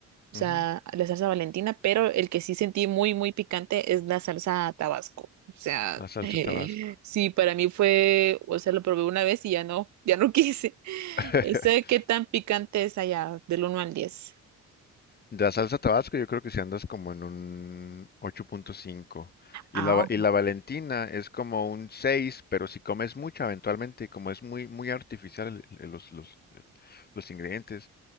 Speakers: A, on the right; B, on the left.
A: o
B: Ujú,
A: sea, la salsa Valentina, pero el que sí sentí muy, muy picante es la salsa Tabasco, o sea,
B: la salsa
A: <laughs> eh,
B: Tabasco.
A: sí, para mí fue, o sea, lo probé una vez y ya no, ya no <laughs> quise.
B: <laughs>
A: sé qué tan picante es allá, del uno al diez
B: La salsa Tabasco yo creo que si andas como en un 8.5 y
A: Ah,
B: la, va- y la Valentina es como un 6 pero si comes mucha eventualmente, como es muy muy artificial el- el- los, los, el- los ingredientes,